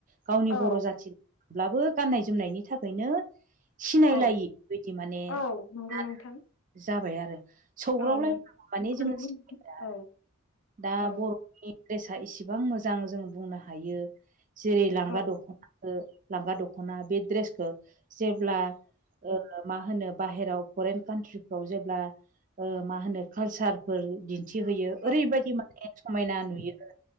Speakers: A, on the right (about 40°); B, on the left (about 80°).
A: गावनि
B: औ
A: बर' जाथिब्लाबो गाननाय जोमनायनि थाखायनो सिनायलायै
B: औ
A: बेदि माने
B: औ नंगौ
A: गाना
B: नोंथां
A: जाबाय आरो सौग्रावलायबाबो
B: औ नोंखौनो
A: माने जोङो
B: बुंदों
A: सिनायलाया आरो
B: औ
A: दा
B: औ
A: बर'नि द्रेसा इसिबां मोजां जों बुंनो हायो जेरै लांगा
B: औ
A: दख'ना ओ लांगा दख'ना बे द्रेसखौ जेब्ला ओ मा होनो बाहेराव फरेन कान्ट्रिफ्राव जेब्ला ओ मा होनो कालसारफोर दि थि होयो
B: औ
A: ओरैबायदि माने समायना नुयो।